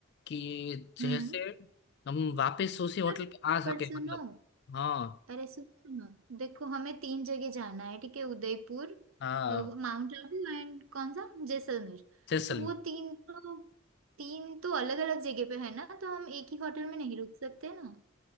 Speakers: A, on the left (about 55°); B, on the right (about 85°).
A: कि जैसे
B: हम्म
A: हम वापस उसी होटल
B: पर
A: पे आ
B: पर
A: सके
B: सुनो
A: मतलब हाँ
B: अरे सुन सुनो देखो हमें तीन जगह जाना है ठीक है उदयपुर
A: हाँ
B: अ, माउंट आबू एंड कौन सा जैसलमेर
A: जैसलमेर
B: तो वो तीन तो तीन तो अलग अलग जगह पे है ना तो हम एक ही होटल में नहीं रुक सकते ना